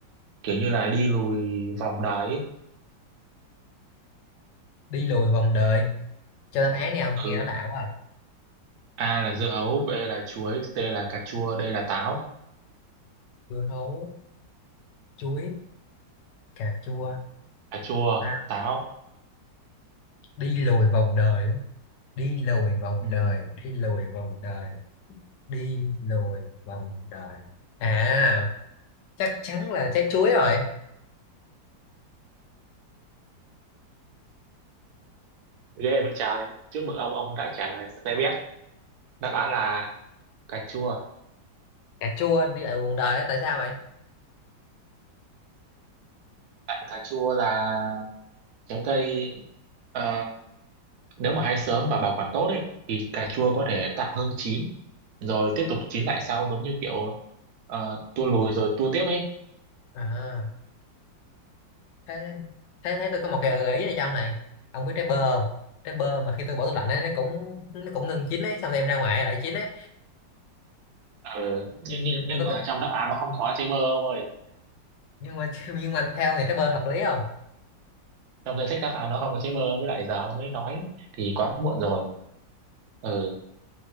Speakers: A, on the right; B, on the left.
A: kiểu như là đi lùi vòng đáy ấy.
B: đi lùi vòng đời cho đáp án đi ông
A: ừ.
B: nghe nó lạ quá à.
A: A là dưa hấu B là chuối C là cà chua D là táo
B: dưa hấu chuối cà chua
A: cà chua
B: à,
A: táo
B: đi lùi vòng đời á. đi lùi vòng
A: ừ.
B: đời đi lùi vòng đời đi lùi vòng đời à chắc chắn là trái chuối rồi
A: ghê vậy trời chúc mừng ông ông đã trả lời tôi biết đáp án là cà chua
B: cà chua đi lại vòng đời á, tại sao vậy
A: tại cà chua là trái cây ờ, nếu mà hái sớm và bảo quản tốt ấy thì cà chua có thể tạm ngưng chín rồi tiếp tục chín lại sau giống như kiểu ờ, tua lùi rồi tua tiếp ấy
B: à thế thế thế tôi có một cái gợi ý này trong này ông biết trái bơ không trái bơ mà khi tôi bỏ tủ lạnh ấy, nó cũng nó cũng ngừng chín ấy xong rồi em ra ngoài lại chín ấy
A: ừ. nhưng nhưng nhưng
B: nó có
A: mà trong đáp án nó không có trái bơ ông ơi
B: nhưng mà <laughs> nhưng mà theo thì trái bơ hợp lý không
A: trong danh sách đáp án nó không có chữ mơ với lại giờ ông mới nói thì quá muộn rồi ừ